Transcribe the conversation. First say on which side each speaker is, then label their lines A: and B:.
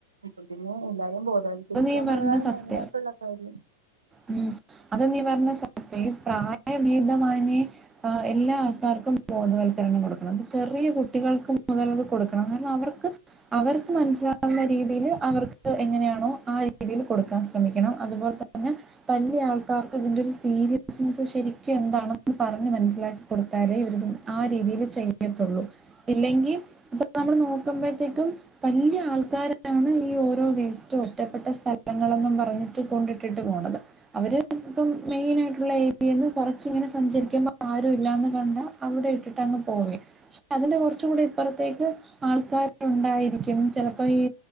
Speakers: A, on the right (about 75°); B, on the right (about 15°).
A: അപ്പൊ പിന്നെ എല്ലാരും വൽക്കരിക്കാനുള്ളതാണ്
B: അത് നീ പറഞ്ഞത് സത്യം.
A: മെയിനായിട്ടുള്ള കാര്യം
B: ഉം അത് നീ പറഞ്ഞ സത്യം പ്രായഭേദമാന്യേ എല്ലാ ആൾക്കാർക്കും ബോധവൽക്കണം ക്കരണം കൊടുക്കണം ചെറിയ കുട്ടികൾക്ക് മുതലത് കൊടുക്കണം കാരണം അവർക്ക് അവർക്ക് മനസിലാവുന്ന രീതിയിൽ അവർക്ക് എങ്ങനെയാണോ ആഹ് രീതിയിൽ കൊടുക്കാൻ ശ്രമിക്കണം അതുപോലെ ത ന്നെ വല്യ ആൾക്കാർക്ക് ഇതിന്റെ ഒരു സീരിയസ്നെസ്സ് ശരിക്കും എന്താണെന്ന് പറഞ്ഞ് മനസ്സിലാക്കി കൊടുത്ത് <unintelligible> ആ രീതിയിൽ ചെയ്യത്തൊള്ളൂ ഇല്ലെങ്കി ഇപ്പൊ നമ്മള് നോക്കുമ്പഴത്തേക്കും വല്യ ആൾക്കാരാണ് ഈ ഓരോ വേസ്റ്റ് ഒറ്റപ്പെട്ട സ്ഥലങ്ങളെന്നും പറഞ്ഞിട്ട് കൊണ്ടി ട്ടിട്ട് പോണത് അവര് ഇപ്പം മെയിനായിയിട്ടുള്ള ഏരിയേന്ന് കൊറച്ച് ഇങ്ങനെ സഞ്ചരിക്കുമ്പോ ആരും ഇല്ലാന്ന് കണ്ടാ അവിടെ ഇട്ടിട്ട് അങ്ങ് പോവേ പക്ഷെ അതിന്റെ കുറച്ചും കൂടി ഇപ്പറത്തേക്ക് ആൾക്കാരുണ്ടായിരിക്കും ചെലപ്പോ ഈ